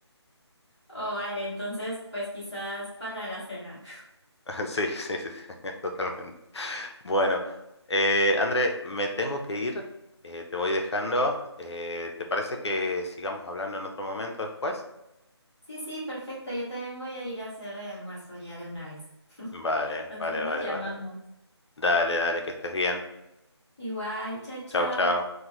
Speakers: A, in the centre; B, on the left.
A: Oh, vale, entonces pues quizás para la cena.
B: <laughs> Sí, sí, sí, sí, <laughs> totalmente. Bueno, eh, André, me tengo que ir, eh, te voy dejando. eh, ¿te parece que sigamos hablando en otro momento después?
A: Sí, sí, perfecto. Yo también voy a ir a hacer el almuerzo ya de una vez.
B: Vale,
A: Entonces
B: vale,
A: nos
B: vale,
A: llamamos.
B: vale. Dale, dale, que estés bien.
A: Igual, chao, chao.
B: Chao, chao.